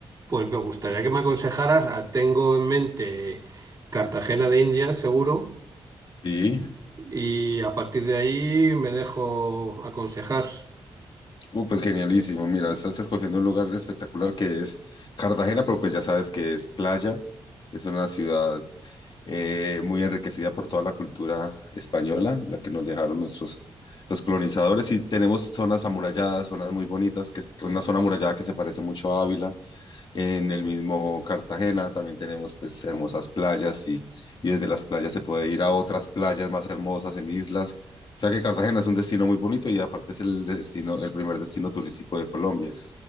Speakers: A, on the right; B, on the left.
A: Pues me gustaría que me aconsejaras, ah, tengo en mente Cartagena de Indias, seguro,
B: Sí.
A: y a partir de ahí me dejo aconsejar.
B: Uh, pues genialísimo. Mira, estás escogiendo un lugar espectacular que es Cartagena, pero pues ya sabes que es playa. Es una ciudad eh, muy enriquecida por toda la cultura española, la que nos dejaron nuestros los colonizadores. Y tenemos zonas amuralladas, zonas muy bonitas, que es una zona amurallada que se parece mucho a Ávila En el mismo Cartagena también tenemos pues hermosas playas y, y desde las playas se puede ir a otras playas más hermosas en islas. O sea que Cartagena es un destino muy bonito y aparte es el destino, el primer destino turístico de Colombia.